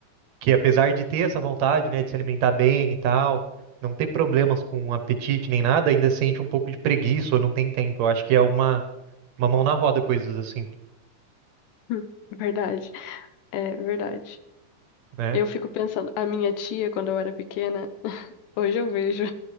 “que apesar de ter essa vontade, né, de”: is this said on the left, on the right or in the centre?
Right